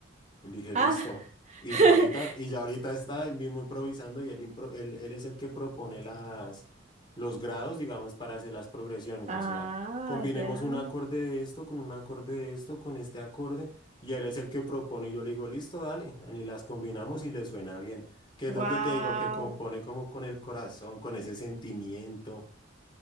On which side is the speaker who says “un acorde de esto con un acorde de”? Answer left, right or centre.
Left